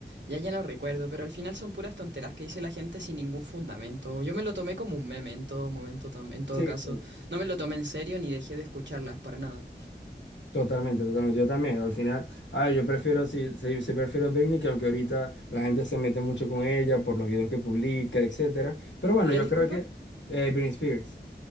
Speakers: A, on the right; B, on the left.
A: ya, ya no recuerdo, pero al final son puras tonteras que dice la gente sin ningún fundamento, yo me lo tomé como un meme en todo momento, tam- en todo
B: sí,
A: caso,
B: sí.
A: no me lo tomé en serio ni dejé de escucharlas para nada.
B: Totalmente, totalmente. Yo también. Al final, ah, yo prefiero, sí, sí, sí prefiero Britney, que aunque ahorita la gente se mete mucho con ella por los videos que publica, etcétera. Pero bueno,
A: ¿Quién
B: yo
A: disculpa?
B: creo que eh, Britney Spears.